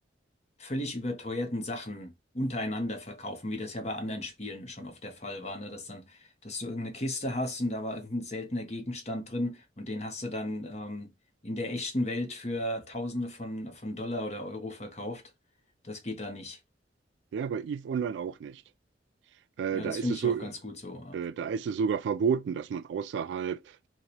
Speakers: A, on the left; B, on the right.
A: völlig überteuerten Sachen untereinander verkaufen, wie das ja bei anderen Spielen schon oft der Fall war, ne? Dass dann, dass du irgendeine Kiste hast und da war irgendein seltener Gegenstand drin und den hast du dann ähm, in der echten Welt für Tausende von, von Dollar oder Euro verkauft. Das geht da nicht.
B: Ja, bei EVE Online auch nicht. Äh,
A: Ja,
B: da
A: das
B: ist
A: finde
B: es
A: ich
B: so,
A: auch
B: äh,
A: ganz gut so. Ja.
B: äh, da ist es sogar verboten, dass man außerhalb